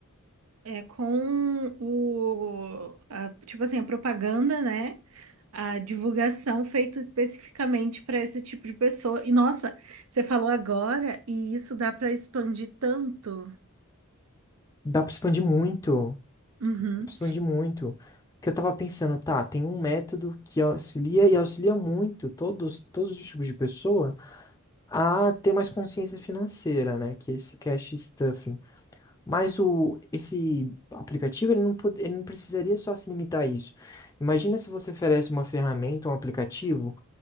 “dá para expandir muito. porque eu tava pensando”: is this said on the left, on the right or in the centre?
Left